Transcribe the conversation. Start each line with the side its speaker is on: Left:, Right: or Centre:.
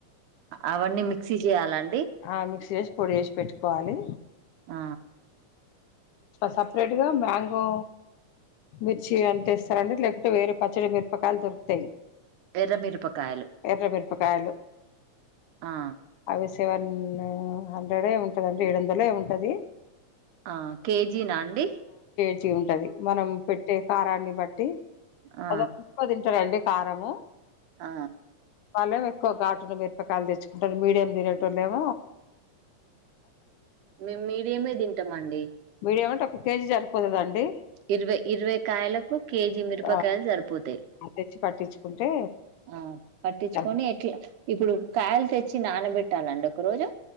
Right: అవన్నీ మిక్సీ చేయాలండి
Left: ఆ మిక్స్ చేసి పొడి చేసి పెట్టుకోవాలి
Right: ఆ
Left: సపరేట్ గా మ్యాంగో మిర్చి తేస్తారండి లేకపోతే వేరే పచ్చడి మిరపకాయలు దొరుకుతాయి
Right: ఎర్రమిరపకాయలు
Left: ఎర్ర మిరపకాయలు
Right: ఆ
Left: అవి సెవెన్ హండ్రెడ్ ఉంటదండి ఏడు వందలు ఏముంటది
Right: ఆ కేజీనా అండి
Left: మంచి గా ఉంటది మనం పెట్టే కారాన్ని బట్టి
Right: ఆ
Left: అదిఅంత తింటారు అండి కారము
Right: ఆ
Left: వాళ్ళం ఎక్కువ ఘటును మిరపకాయలు తెచ్చుకుంటారు మీడియం తినట్ లేవ
Right: మేము మీడియమే తింటామ్ అండి
Left: మీడియం అంటే ఒక కేజీ సరిపోతుదండి
Right: ఇరవై ఇరవై కాయలకు కేజీ మిరపకాయలు
Left: ఆ
Right: సరిపోతాయి
Left: తెచ్చి పట్టించుకుంటే
Right: ఆ పట్టించుకొని
Left: సరిపోతది
Right: ఎట్లా ఇప్పుడు కాయలు తెచ్చి నానబెట్టాలండి ఒక రోజు